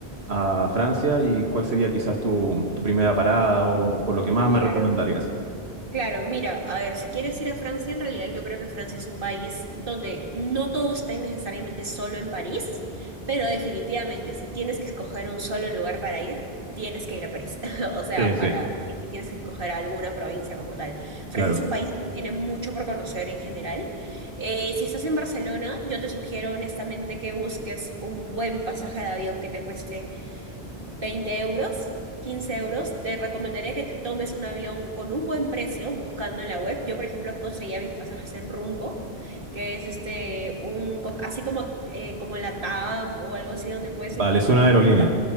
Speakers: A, on the right; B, on the right.
A: a Francia, y cuál sería quizás tu, tu primera parada o, o lo que más
B: claro.
A: me recomendarías.
B: Claro, mira, a ver, si quieres ir a Francia, en realidad yo creo que Francia es un país donde no todo está necesariamente solo en París, pero definitivamente si tienes que escoger un solo lugar para ir, tienes que ir a París. <laughs> O sea,
A: Sí, sí,
B: para si es que tienes que escoger alguna provincia como tal. Francia
A: claro.
B: es un país que tiene mucho por conocer en general. Eh, si estás en Barcelona, yo te sugiero honestamente que busques un buen pasaje de avión que te cueste 20 euros, 15 euros, te recomendaría que te tomes un avión con un buen precio buscando en la web. Yo, por ejemplo, conseguía mis pasajes en Rumbo, que es este, un, co- así como, eh, como la TAM o algo así donde puedes
A: Vale,
B: encontrar
A: es una
B: tu
A: aerolínea.
B: vuelo.